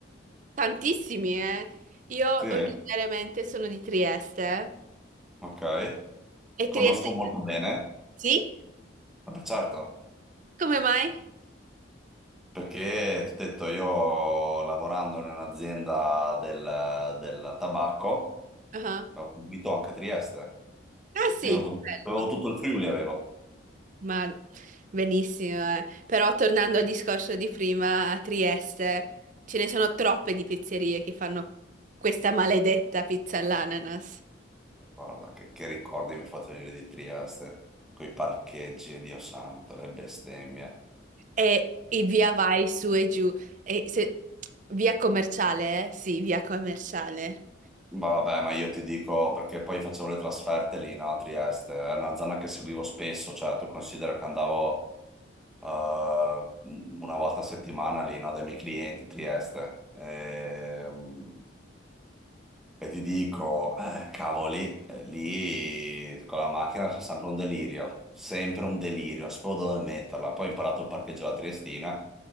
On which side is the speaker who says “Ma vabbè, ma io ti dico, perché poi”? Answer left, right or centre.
Centre